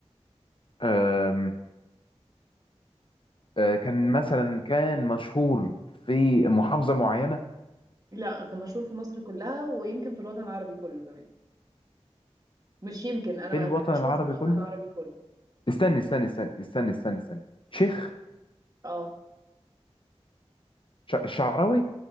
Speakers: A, on the left (about 50°); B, on the right (about 35°).
A: آم، آه كان مثلا كان مشهور في محافظة معينة
B: لا كان مشهور في مصر كلها ويمكن في الوطن العربي كله كمان مش يمكن انا
A: في الوطن
B: كان مشهور
A: العربي
B: في الوطن
A: كله
B: العربي كله
A: استنى استنى استنى استنى استنى استنى شيخ
B: اه
A: ش- الشعراوي